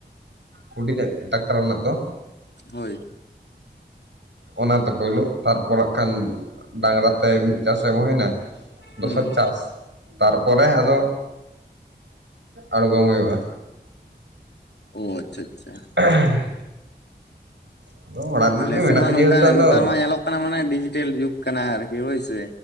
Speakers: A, on the right (about 85°); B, on the left (about 70°).
A: ᱦᱩᱰᱤᱧ ᱴᱟᱠᱴᱟᱨ ᱢᱮᱱᱟᱜ ᱫᱚ᱾
B: ᱦᱳᱭ᱾
A: ᱚᱱᱟᱛᱮ ᱯᱳᱭᱞᱳ ᱛᱟᱨᱯᱚᱨ ᱦᱟᱸᱜ ᱠᱷᱟᱱ ᱰᱟᱝᱨᱟ ᱛᱮ ᱢᱤᱫ ᱪᱟᱥᱮ ᱦᱩᱭᱱᱟ, ᱫᱚᱥᱟᱨ
B: ᱦᱩᱸ
A: ᱪᱟᱥ, ᱛᱟᱨᱯᱚᱨᱮ ᱟᱫᱚ ᱟᱲᱜᱚᱢ ᱦᱩᱭᱩᱜᱼᱟ᱾
B: ᱚ ᱟᱪᱪᱷᱟ ᱪᱷᱟ᱾
A: <inaudible> ᱟᱫᱚ ᱚᱲᱟᱜ ᱨᱮᱱᱟᱜ
B: ᱟᱞᱮ
A: ᱜᱮ
B: ᱥᱮᱫ
A: ᱢᱮᱱᱟᱜᱼᱟ
B: ᱢᱟ ᱱᱚᱝᱠᱟ
A: ᱡᱮᱦᱮᱛᱩ ᱟᱫᱚ
B: ᱱᱮᱛᱟᱨ ᱢᱟ ᱧᱮᱞᱚᱜ ᱠᱟᱱᱟ ᱢᱟᱱᱮ ᱰᱤᱡᱤᱴᱮᱞ ᱡᱩᱜᱽ ᱠᱟᱱᱟ ᱟᱨᱠᱤ ᱦᱳᱭ ᱥᱮ,